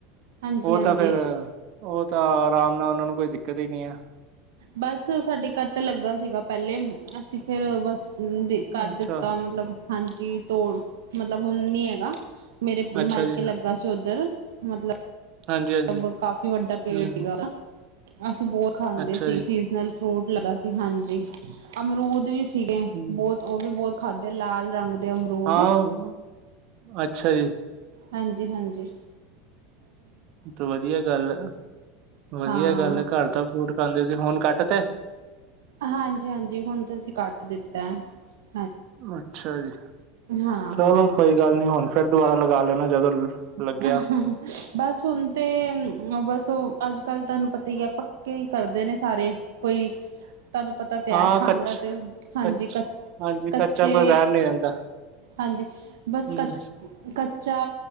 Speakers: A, on the right (about 70°); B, on the right (about 55°).
A: ਹਾਂਜੀ-ਹਾਂਜੀ।
B: ਉਹ ਤਾਂ ਫੇਰ ਉਹ ਤਾਂ ਆਰਾਮ ਨਾਲ ਉਹ ਨੂੰ ਕੋਈ। ਕਦੇ ਨਹੀਂ ਆ।
A: ਬਸ ਸਾਡੇ ਘਰ ਤਾਂ ਲੱਗਾ ਸੀਗਾ ਪਹਿਲੇ ਅਸੀਂ ਫੇਰ ਬਸ। ਕਰ
B: ਅੱਛਾ
A: ਦਿੱਤਾ ਮਤਲਬ ਹਾਂਜੀ ਤੋੜ ਮਤਲਬ ਹੁਣ ਨੀ ਹੈਗਾ। ਮੇਰੇ
B: ਅੱਛਾ
A: ਮਾਈਕੇ
B: ਜੀ
A: ਲੱਗਾ ਸੀ ਉੱਧਰ ਮਤਲਬ।
B: ਹਾਂਜੀ ਹਾਂਜੀ
A: ਮਤਲਬ ਕਾਫ਼ੀ ਵੱਡਾ ਪੇੜ
B: ਹੂੰ
A: ਸੀਗਾ। ਅਸੀਂ ਬੋਹ ਖਾਂਦੇ
B: ਅੱਛਾ
A: ਸੀ,
B: ਜੀ
A: ਸੀਜ਼ਨਲ ਫਰੂਟ ਲਦਾ ਸੀ ਹਾਂਜੀ। ਅਮਰੂਦ ਵੀ ਸਿਗੇ,
B: ਹੂੰ
A: ਬਹੁਤ ਉਹ ਵੀ ਬਹੁਤ ਖਾਧੇ, ਲਾਲ ਰੰਗ ਦੇ ਅਮਰੂਦ।
B: ਹਾਂ ਅੱਛਾ ਜੀ।
A: ਹਾਂਜੀ-ਹਾਂਜੀ।
B: ਤੇ ਵਧੀਆ ਗੱਲ ਏ, ਵਧੀਆ
A: ਹਾਂ
B: ਗੱਲ ਏ ਘਰ ਤਾਂ ਫਰੂਟ ਖਾਂਦੇ ਸੀ ਹੁਣ ਕੱਟ ਤੇ
A: ਹਾਂਜੀ-ਹਾਂਜੀ ਹੁਣ ਤਾਂ ਅਸੀਂ ਕੱਟ ਦਿੱਤਾ ਏ।
B: ਅੱਛਾ ਜੀ
A: ਹਾਂ
B: ਚਲੋ
A: ਹਾਂ ਹਾਂ
B: ਕੋਈ ਗੱਲ ਨੀ ਹੁਣ ਫਿਰ ਦੁਬਾਰਾ ਲਗਾ ਲੈਣਾ ਜਦੋਂ
A: <inaudible>
B: ਲੱਗਿਆ
A: ਬਸ ਹੁਣ ਤੇ ਬਸ ਉ ਅੱਜ ਕੱਲ ਤੁਹਾਨੂੰ ਪਤਾ ਹੀ ਏ, ਪੱਕੇ ਹੀ ਕਰਦੇ ਨੇ ਸਾਰੇ, ਕੋਈ ਤੁਹਾਨੂੰ ਪਤਾ ਤੇ
B: ਹਾਂ
A: ਹੈ ਖਾਂਦਾ
B: ਕੱਚ
A: ਤੇ ਹਾਂਜੀ
B: ਕੱਚ
A: ਕਚ
B: ਹਾਂਜੀ
A: ਕੱਚੇ
B: ਕੱਚਾ ਕੋਈ ਰਹਿ ਨੀ ਜਾਂਦਾ
A: ਹਾਂਜੀ ਬਸ
B: ਹੂੰ,
A: ਕ ਕੱਚਾ